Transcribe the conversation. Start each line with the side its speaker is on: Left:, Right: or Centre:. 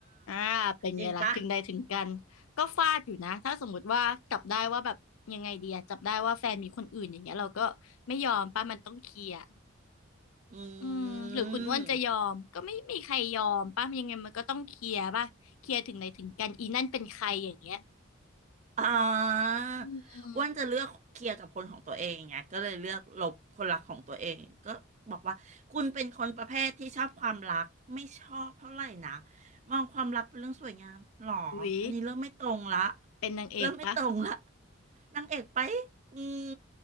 Left: อ่าเป็นไงล่ะถึงใดถึงกันก็ฟาดอยู่นะถ้าสมมติว่าจับได้ว่าแบบยังไงดีอะจับได้ว่าแฟนมีคนอื่นอย่างเงี้ยเราก็ไม่ยอมป้ามันต้องเคลียร์
Right: จริงปะอืม
Left: อืมหรือคุณอ้วนจะยอมก็ไม่มีใครยอมป้ายังไงมันก็ต้องเคลียร์ป่ะเคลียร์ถึงใดถึงกันอีนั่นเป็นใครอย่างเงี้ย
Right: อ่า
Left: อื
Right: อ้วนจะเลือกเคลียร์กับคนของตัวเองไงก็เลยเลือกลบคนรักของตัวเองก็บอกว่าคุณเป็นคนประเภทที่ชอบความรักไม่ชอบเท่าไหร่นะ
Left: ม
Right: มองความรักเป็นเรื่องสวยงามหรออันนี้เริ่มไม่ตรงละ
Left: อุ๊ยเป็นนางเอกป่ะ
Right: เริ่มไม่ตรงละนางเอกไปอืม